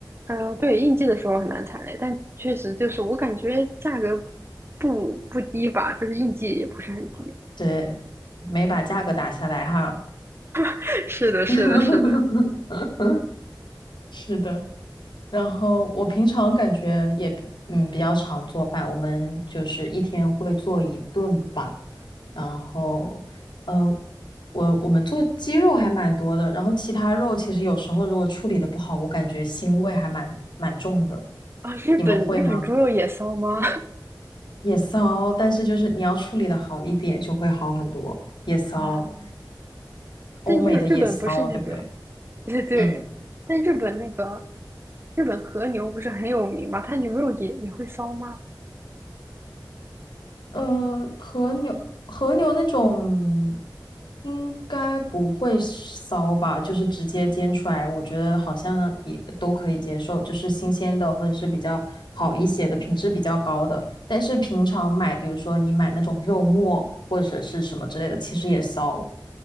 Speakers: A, on the right (about 30°); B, on the left (about 80°).
A: 呃，对，应季的时候很难踩雷，但确实就是我感觉价格不不低吧，就是应季也不是很低。
B: 对，没把价格打下来哈。
A: <laughs> 是的，是的，
B: <laughs>
A: 是的。
B: 是的，然后我平常感觉也比嗯比较常做饭，我们就是一天会做一顿吧。然后呃，我我们做鸡肉还蛮多的，然后其他肉其实有时候如果处理的不好，我感觉腥味还蛮蛮重的。
A: 啊，日本日本猪肉也骚吗？
B: 你们会吗？也骚，但是就是你要处理的好一点就会好很多。也骚，
A: <laughs> 啊，
B: 欧美的也骚，
A: 但日日本不是那个
B: 对不对？
A: <laughs> 对对，
B: 嗯。
A: 但日本那个日本和牛不是很有名吗？它牛肉也也会骚吗？
B: 呃，和牛和牛那种应该不会骚吧，就是直接煎出来，我觉得好像也都可以接受，就是新鲜的或者是比较好一些的，品质比较高的。但是平常买，比如说你买那种肉末或者是什么之类的，其实也骚